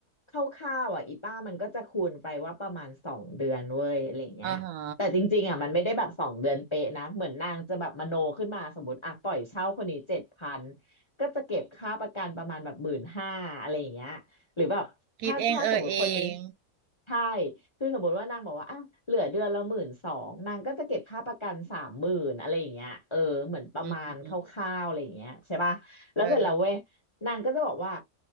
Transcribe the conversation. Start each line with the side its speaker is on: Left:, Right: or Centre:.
Left: คร่าวๆอ่ะอีป้ามันก็จะคูณไปว่าประมาณสองเดือนเว้ยอะไรเงี้ยแต่จริงๆอ่ะมันไม่ได้แบบสองเดือนเป๊ะนะเหมือนนางจะแบบมโนขึ้นมาสมมติอ่ะปล่อยเช่าคนนี้เจ็ดพัน
Right: อ่าฮะ
Left: ก็จะเก็บค่าประกันประมาณแบบหมื่นห้าอะไรอย่างเงี้ย หรือแบบถ้าถ้าสมมติคนนี้
Right: คิดเองเออเอง
Left: ใช่คือสมมติว่านางบอกว่าอ่ะเหลือเดือนละหมื่นสองนางก็จะเก็บค่าประกันสามหมื่นอะไรอย่างเงี้ยเออเหมือนประมาณคร่าวๆอะไรอย่างเงี้ยใช่ป่ะแล้วเสร็จแล้วเว้ย
Right: อืมเออ
Left: นางก็จะบอกว่า